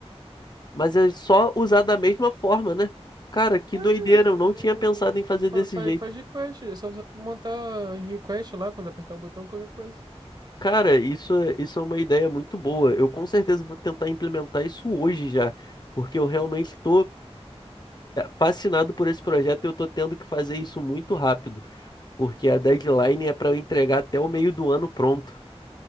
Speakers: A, on the left; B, on the right.
A: Mas é só usar da mesma forma, né? Cara, que
B: é,
A: doideira, eu não tinha pensado em fazer desse
B: faz,
A: jeito.
B: faz request. É só, só montar request lá quando apertar o botão, qualquer coisa.
A: Cara, isso, é- isso é uma ideia muito boa. Eu com certeza vou tentar implementar isso hoje já, porque eu realmente estou fascinado por esse projeto e eu estou tendo que fazer isso muito rápido. porque a deadline é para eu entregar até o meio do ano pronto.